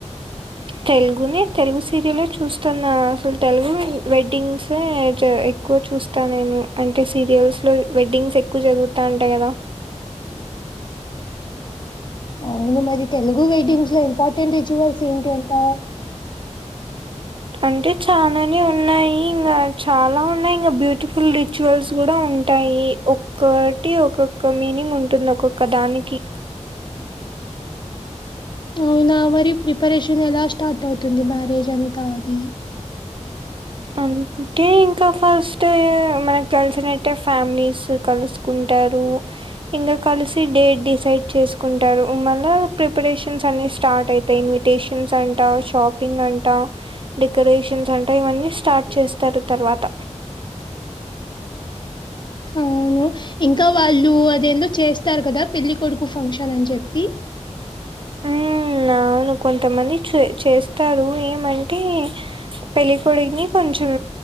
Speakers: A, on the right; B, on the left.
A: తెలుగునె తెలుగు సీరియలె చూస్తున్నా అసలు తెలుగు వెడ్డింగ్సె చ ఎక్ క్కువ చూస్తా నేను అంటే సీరియల్స్లో వెడ్డింగ్స్ ఎక్కువ జరుగుతాంటాయి గదా
B: అవును మరి తెలుగు వెడ్డింగ్స్లో ఇంపార్టెంట్ రిచువల్స్ ఏంటి అంటావ్
A: అంటే చాననే ఉన్నాయి ఇంగ చాలా ఉన్నాయి ఇంగ బ్యూటిఫుల్ రిచువల్స్ గూడా ఉంటాయి ఒక్కటి ఒక్కొక్క మీనింగ్ ఉంటుంది ఒక్కొక్క దానికి
B: అవునా మరి ప్రిపరేషన్ ఎలా స్టార్ట్ అవుతుంది మ్యారేజ్ అంతా అది
A: అంటే ఇంకా ఫస్టే మనకు తేలిసినట్టే ఫ్యామిలీస్ కలుసు కుంటారు ఇంగ కలిసి డేట్ డిసైడ్ చేసుకుంటరు మళ్ళ ప్రిపరేషన్స్ అన్ని స్టార్ట్ అయితయ్ ఇం న్విటెషన్స్ అంటా షాపింగ్ అంటా డెకరేషన్స్ అం ట ఇవన్నీ స్టార్ట్ చేస్తారు తర్వాత
B: అవును ఇంకా వాళ్ళు అదేందో చేస్తారు కదా పెళ్ళి కొడుకు ఫంక్షన్ అని చెప్పి
A: మ్ అవును కొంతమంది చె చేస్తారు ఏమంటే పెళ్ళికొడుకుని కొంచెం